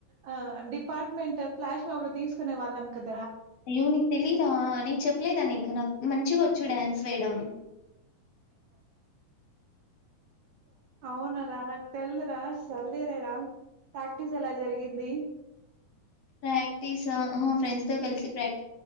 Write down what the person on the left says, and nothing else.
అయ్యో నీకు తెలీదా నే చెప్పలేదా నీకు నాకు మంచిగా వచ్చు డ్యాన్స్ ఫ్రీడం
ప్రాక్టీస్ ఫ్రెండ్స్ తో కలిసి ప్రాక్